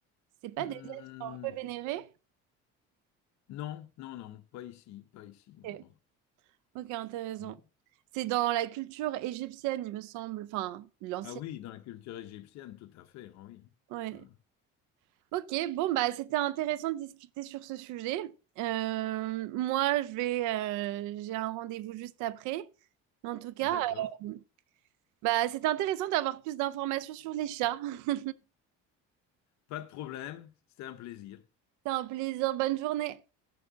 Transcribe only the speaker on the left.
Hmm,
non, non, non, pas ici, pas ici, non.
non.
Hmm.
Ah oui, dans la culture égyptienne, tout à fait, ah oui.
Ah,
D'accord.
Pas de problème, c'était un plaisir.